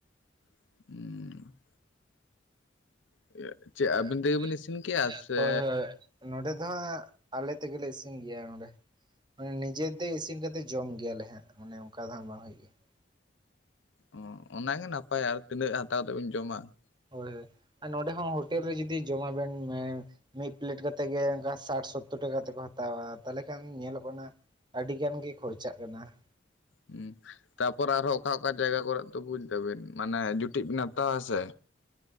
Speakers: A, on the left (about 80°); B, on the right (about 25°).
A: <inaudible> <inaudible>
B: <unintelligible>
A: ᱵᱤᱱ ᱤᱥᱤᱱ ᱠᱮᱜᱼᱟ ᱥᱮ
B: ᱦᱳᱭ ᱦᱳᱭ ᱱᱚᱰᱮ ᱫᱚ ᱦᱟᱜ ᱟᱞᱮ ᱛᱮᱜᱮᱞᱮ ᱤᱥᱤᱱ ᱜᱮᱭᱟ ᱱᱚᱸᱰᱮ ᱾ ᱢᱟᱱᱮ ᱱᱤᱡᱮᱛᱮ ᱤᱥᱤᱱ ᱠᱟᱛᱮ ᱡᱚᱢ ᱜᱮᱭᱟᱞᱮ ᱦᱟᱸᱜ ᱢᱟᱱᱮ ᱚᱱᱠᱟ ᱫᱚ ᱦᱟᱸᱜ ᱵᱟᱝ ᱦᱩᱭᱩᱜ ᱜᱮᱭᱟ ᱾
A: ᱚ ᱚᱱᱟᱜᱮ ᱱᱟᱯᱟᱭ ᱟᱨ ᱛᱤᱱᱟᱹᱜ ᱦᱟᱛᱟᱣ ᱠᱟᱛᱮ ᱵᱤᱱ ᱡᱚᱢᱟ ᱾
B: ᱦᱳᱭ ᱦᱳᱭ ᱟᱨ ᱱᱚᱸᱰᱮ ᱦᱚᱸ ᱦᱳᱴᱮᱞ ᱨᱮ ᱡᱩᱫᱤ ᱡᱚᱢᱟ ᱵᱮᱱ ᱾ ᱢᱤᱫ ᱯᱞᱮᱴ ᱠᱟᱛᱮ ᱜᱮ ᱚᱱᱠᱟ ᱥᱟᱴ ᱥᱳᱛᱳᱨ ᱴᱟᱠᱟ ᱛᱮᱠᱚ ᱦᱟᱛᱟᱣᱟ ᱛᱟᱦᱚᱞᱮ ᱠᱷᱟᱱ ᱧᱮᱞᱚᱜ ᱠᱟᱱᱟ ᱾ ᱟᱹᱰᱤ ᱜᱟᱱ ᱜᱮ ᱠᱷᱚᱨᱪᱟᱜ ᱠᱟᱱᱟ ᱾
A: ᱦᱩᱸ ᱛᱟᱯᱚᱨ ᱟᱨᱦᱚᱸ ᱚᱠᱟ ᱚᱠᱟ ᱡᱟᱭᱜᱟ ᱠᱚᱨᱮ ᱫᱚᱵᱩ ᱵᱤᱱ ᱢᱟᱱᱮ ᱡᱩᱴᱤᱤᱡ ᱵᱤᱱ ᱦᱟᱛᱟᱣᱟ ᱥᱮ